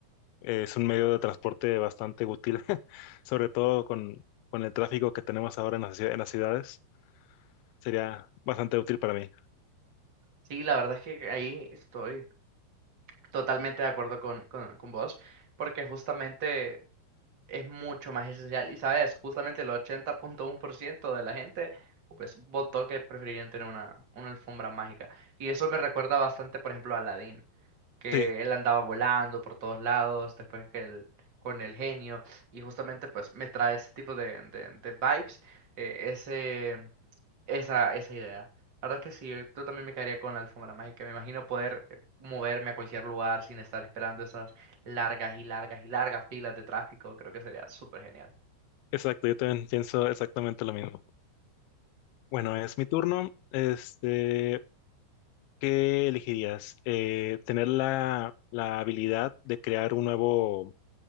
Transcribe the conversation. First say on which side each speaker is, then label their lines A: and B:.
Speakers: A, on the left (about 80°); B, on the right (about 25°).
A: es un medio de transporte bastante útil, <laughs> sobre todo con, con el tráfico que tenemos ahora en las, ciu- en las ciudades, sería bastante útil para mí.
B: Sí, la verdad es que ahí estoy. Totalmente de acuerdo con, con, con vos, porque justamente es mucho más esencial. Y sabes, justamente el 80.1% de la gente, pues, votó que preferirían tener una, una alfombra mágica. Y eso me recuerda bastante, por ejemplo, a Aladdin que
A: Sí,
B: él andaba volando por todos lados, después que él, con el genio, y justamente pues me trae ese tipo de, de, de vibes, eh, ese, esa, esa idea. La verdad es que sí, yo también me quedaría con la alfombra mágica. Me imagino poder eh, moverme a cualquier lugar sin estar esperando esas largas y largas y largas filas de tráfico. Creo que sería súper genial.
A: exacto, yo también pienso exactamente lo mismo. Bueno, es mi turno. Este, ¿qué elegirías? Eh, ¿tener la, la habilidad de crear un nuevo